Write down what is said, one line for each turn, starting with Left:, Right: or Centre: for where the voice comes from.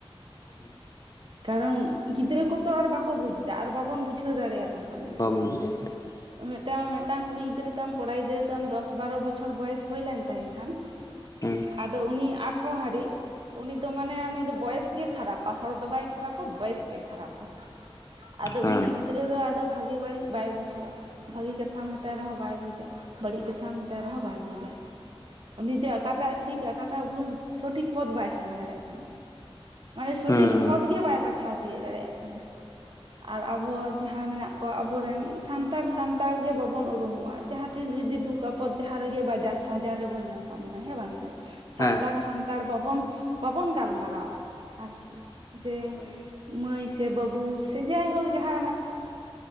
Left: <unintelligible>
Right: ᱠᱟᱨᱚᱱ ᱜᱤᱫᱽᱨᱟᱹ ᱠᱚᱛᱚ ᱟᱨ ᱵᱟᱠᱚ ᱵᱩᱡᱽ ᱮᱫᱟ ᱟᱨ ᱵᱟᱵᱚᱱ ᱵᱩᱡᱷᱟᱹᱣ ᱫᱟᱲᱮᱭᱟᱠᱚ, ᱠᱟᱱᱟ
Left: ᱵᱟᱵᱚᱱ ᱵᱩᱡᱷᱟᱹᱣ ᱫᱟᱲᱮᱭᱟᱜ,
Right: ᱢᱤᱫᱴᱟᱝ ᱢᱤᱫᱴᱟᱝ ᱠᱩᱲᱤ ᱜᱤᱫᱽᱨᱟᱹ ᱛᱟᱢ ᱠᱚᱲᱟ ᱜᱤᱫᱽᱨᱟᱹ ᱛᱟᱢ ᱫᱚᱥ ᱵᱟᱨᱚ ᱵᱚᱪᱷᱚᱨ ᱵᱚᱭᱮᱥ ᱦᱩᱭ ᱞᱮᱱ ᱛᱟᱭ ᱠᱷᱟᱱ, <unintelligible>
Left: ᱦᱮᱸ᱾
Right: ᱟᱫᱚ ᱩᱱᱤ ᱟᱴᱷᱨᱚ ᱦᱟᱹᱨᱤ ᱩᱱᱤ ᱫᱚ ᱢᱟᱱᱮ ᱩᱱᱤ ᱫᱚ ᱵᱚᱭᱮᱥ ᱜᱮ ᱠᱷᱟᱨᱟᱯ᱾ ᱟ ᱦᱚᱲ ᱫᱚ ᱵᱟᱭ ᱠᱷᱟᱨᱟᱯᱟ ᱵᱚᱭᱮᱥ ᱜᱮ ᱠᱷᱟᱨᱟᱯᱟ ᱟᱫᱚ
Left: ᱦᱮᱸ
Right: ᱩᱱᱤ ᱫᱽᱨᱟᱹ ᱫᱚ ᱟᱫᱚ ᱵᱷᱟᱜᱮ ᱵᱟᱹᱲᱤᱡ ᱵᱟᱭ ᱵᱩᱡᱷᱟᱹᱣᱟ᱾ ᱵᱷᱟᱹᱜᱤ ᱠᱟᱛᱷᱟᱢ ᱢᱮᱛᱟᱭ ᱨᱮᱦᱚᱸ ᱵᱟᱭ ᱵᱩᱡᱟ, ᱵᱟᱹᱲᱤᱡ ᱠᱟᱛᱷᱟᱢ ᱢᱮᱛᱟᱭ ᱨᱮᱦᱚᱸ ᱵᱟᱭ ᱵᱩᱡᱟ᱾ ᱩᱱᱤᱡᱮ ᱟᱠᱟᱴᱟᱜ ᱴᱷᱤᱠ ᱟᱠᱟᱴᱟᱜ ᱵᱷᱩᱞ ᱥᱚᱴᱷᱤᱠ ᱯᱚᱫ ᱵᱟᱭ ᱥᱮᱱ ᱫᱟᱲᱮᱭᱟᱜ ᱠᱟᱱᱟ ᱾ ᱢᱟᱱᱮᱼᱼ
Left: ᱦᱮᱸ
Right: ᱴᱤ ᱯᱷᱚᱛ ᱜᱮ ᱵᱟᱭ ᱵᱟᱪᱷᱟᱣ ᱛᱤᱭᱟᱹᱜ ᱫᱟᱲᱮᱭᱟᱜ ᱠᱟᱱᱟ, ᱟᱨ ᱟᱵᱚ ᱡᱟᱦᱟᱸ ᱢᱮᱱᱟᱜ ᱟᱵᱚᱨᱮᱱ ᱥᱟᱱᱛᱟᱲ ᱥᱟᱱᱛᱟᱲ ᱜᱮ ᱵᱟᱵᱚᱱ ᱩᱨᱩᱢᱚᱜᱼᱟ, ᱡᱟᱦᱟᱸ ᱛᱤᱥ ᱡᱩᱫᱤ ᱫᱩᱠ ᱟᱯ ᱯᱚᱫ ᱡᱟᱦᱟᱸ ᱨᱮᱜᱮ ᱵᱟᱡᱟᱨ ᱥᱟᱡᱟᱨ ᱨᱮᱵᱚᱱ ᱧᱟᱯᱟᱢᱱᱟ ᱦᱮᱸ ᱵᱟᱝ ᱥᱮ ᱾ ᱥᱟᱱᱛᱟᱲ
Left: ᱦᱮᱸ
Right: ᱥᱟᱱᱛᱟᱲ ᱵᱟᱵᱚᱱ ᱵᱟᱵᱚᱱ ᱜᱟᱞᱢᱟᱨᱟᱣᱟ ᱟᱨᱠᱤ ᱡᱮ,
Left: ᱦᱳᱭ
Right: ᱢᱟᱹᱭ ᱥᱮ ᱵᱟᱹᱵᱩ ᱥᱮ ᱡᱟᱭᱦᱳᱠ ᱡᱟᱦᱟᱱᱟᱜ